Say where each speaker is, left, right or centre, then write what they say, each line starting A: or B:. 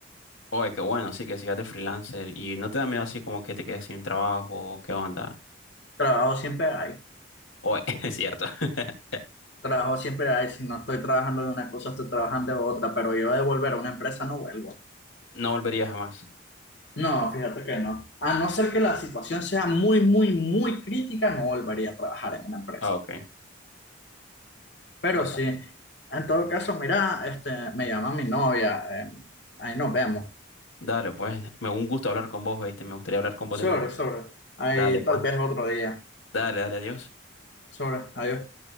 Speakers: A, on the left; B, on the left.
A: Oye, qué bueno, sí, que sigas de freelancer y no te da miedo así como que te quedes sin trabajo, ¿qué onda?
B: trabajo siempre hay,
A: Oye, <laughs> es cierto, <laughs>
B: trabajo siempre hay, si no estoy trabajando de una cosa, estoy trabajando de otra, pero yo de volver a una empresa no vuelvo.
A: no volvería jamás.
B: No, fíjate que no. A no ser que la situación sea muy, muy, muy crítica, no volvería a trabajar en una empresa.
A: Ah, ok.
B: Pero
A: O sea,
B: sí, en todo caso, mira, este, me llama mi novia, eh, ahí nos vemos.
A: dale, pues, me un gusto hablar con vos, ¿viste? Me gustaría hablar con vos
B: Sobre,
A: de nuevo.
B: sobre, ahí
A: Dale,
B: tal
A: pues,
B: vez otro día.
A: dale, dale, adiós.
B: Sobre, adiós.